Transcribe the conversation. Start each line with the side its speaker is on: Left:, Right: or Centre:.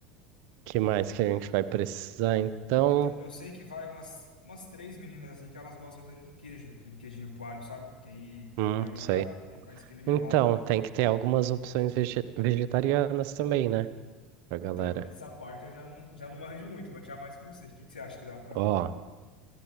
Right: Que mais que a gente vai precisar, então?
Left: Então, eu sei que vai umas, umas três meninas assim que elas gostam bastante de queijo, aquele queijinho coalho, sabe? Que aí tem
Right: Hum,
Left: mel
Right: sei.
Left: em casa, aí faz aquele melado
Right: Então,
Left: lá.
Right: tem que ter algumas opções vege- vegetarianas também, né? Pra galera.
Left: Então, essa parte eu já não, já não manjo muito, vou tirar mais com você. O que que você acha que dá pra.
Right: Ó.